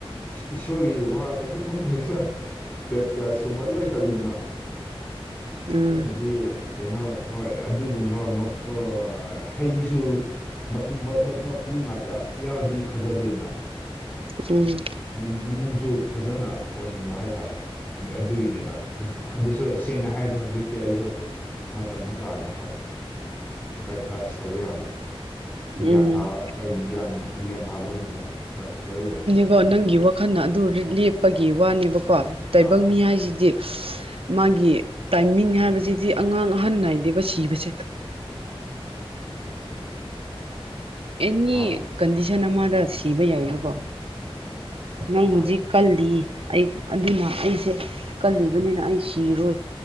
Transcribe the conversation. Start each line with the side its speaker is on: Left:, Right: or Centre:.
Left: ꯏꯁꯣꯔꯒꯤ ꯋꯥ ꯀꯩꯁꯨ ꯈꯪꯗꯔꯤꯗ ꯕꯦꯞꯇꯤꯌꯥꯁꯀꯨꯝꯕ ꯂꯣꯏ ꯇꯧꯋꯤꯗꯥꯅ
Right: ꯎꯝ
Left: ꯑꯩꯅꯗꯤ ꯀꯩꯅꯣ ꯍꯣꯏ ꯑꯗꯨꯒꯨꯝꯕ ꯑꯃꯥ ꯀꯣ ꯍꯩꯁꯨ ꯃꯀꯨ ꯃꯥ ꯃꯥ ꯃꯀꯨ ꯉꯥꯛꯇ ꯌꯥꯎꯔꯗꯤ ꯐꯖꯗꯦꯅ
Right: ꯎꯝ
Left: ꯃꯅꯨꯡꯁꯨ ꯐꯖꯅ ꯑꯣꯏꯅꯤꯡꯕ ꯍꯥꯏꯇꯥꯔꯦ ꯑꯗꯨꯒꯤꯅꯦꯗ ꯑꯗꯨꯁꯨ ꯇꯦꯟꯅ ꯍꯥꯏꯔꯗꯤ ꯍꯧꯖꯤꯛꯇꯤ ꯑꯩꯁꯨ ꯃꯇꯝꯗꯤ ꯇꯥꯔꯦ ꯍꯣꯏ ꯕꯦꯞꯇꯥꯏꯖ ꯇꯧꯕ ꯌꯥꯔꯦ
Right: ꯎꯝ
Left: ꯒ꯭ꯌꯥꯟ ꯇꯥ ꯒ꯭ꯌꯥꯟ ꯒ꯭ꯌꯥꯟ ꯇꯥꯕꯒꯨꯝꯕ ꯍꯣꯏ ꯂꯣꯏ ꯂꯩꯈꯔꯦ
Right: ꯕꯣ ꯅꯪꯒꯤ ꯋꯥꯈꯜꯅ ꯑꯗꯨ ꯂꯦꯞꯄꯒꯤ ꯋꯥꯅꯦꯕꯀꯣ ꯇꯥꯏꯕꯪ
Left: ꯑꯥ
Right: ꯃꯤ ꯍꯥꯏꯁꯤꯗꯤ ꯃꯥꯒꯤ ꯇꯥꯏꯃꯤꯡ ꯍꯥꯏꯕꯁꯤꯗꯤ ꯑꯉꯥꯡ ꯑꯍꯟ ꯅꯥꯏꯗꯦꯕ ꯁꯤꯕꯁꯦꯗ ꯑꯦꯅꯤ
Left: ꯑꯥ
Right: ꯀꯟꯗꯤꯁꯟ ꯑꯃꯗ ꯁꯤꯕ ꯌꯥꯏꯕꯀꯣ ꯅꯪ
Left: ꯑꯥ
Right: ꯍꯧꯖꯤꯛ ꯀꯜꯂꯤ ꯑꯩ ꯑꯗꯨꯅ ꯑꯩꯁꯦ ꯀꯜꯂꯤꯕꯅꯤꯅ ꯑꯩ ꯁꯤꯔꯣꯏ